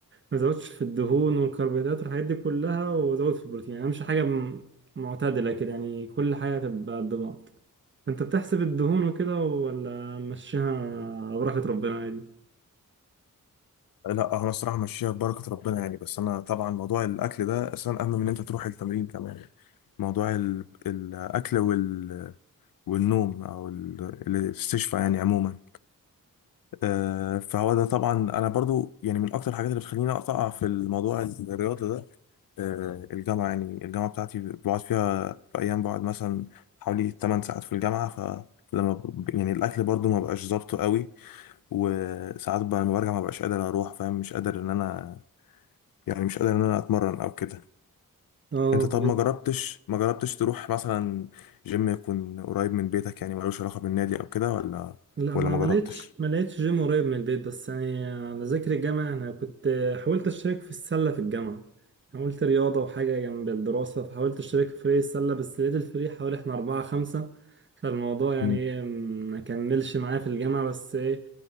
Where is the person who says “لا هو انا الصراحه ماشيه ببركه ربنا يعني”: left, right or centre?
Left